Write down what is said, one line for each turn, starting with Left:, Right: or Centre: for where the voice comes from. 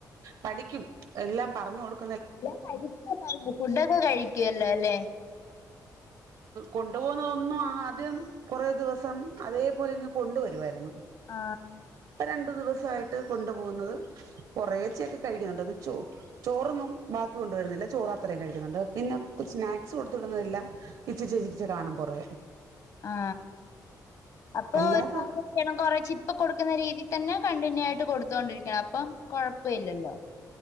Right: പഠിക്കും എല്ലാം പറഞ്ഞു കൊടുക്ക
Left: എല്ലാം കഴികുല്ലോല്ലേ ഫുഡൊക്കെ കഴിക്കുവല്ലോ അല്ലേ
Right: കൊണ്ടു പോകുന്നത് ഒന്നും ആദ്യം കൊറേ ദിവസം അതേപോലെ ഇങ്ങ് കൊണ്ടുവരുമായിരുന്നു
Left: ആ
Right: രണ്ടു ദിവസായിട്ട് കൊണ്ടു പോകുന്നത് കൊറേച്ചൊക്കെ കഴിക്കുന്നുണ്ട് ചോ ചോറൊന്നും ബാക്കി കൊണ്ടുവരുന്നില്ല ചോറ് അത്രയും കഴിക്കുന്നുണ്ട് പിന്നെ സ്നാക്സ് കൊടുത്ത് വിടുന്നില്ല ഇച്ചച്ചിരിച്ച കാണും കൊറേ
Left: ആ അപ്പൊ
Right: അല്ലാതെ
Left: ഒരു കാര്യം ചെയ്യണം കൊറച്ചിപ്പ കൊടുക്കുന്ന രീതി തന്നെ കണ്ടിന്യൂ ആയിട്ട് കൊടുത്തോണ്ടിരിക്കണം അപ്പം കൊഴപ്പില്ലല്ലോ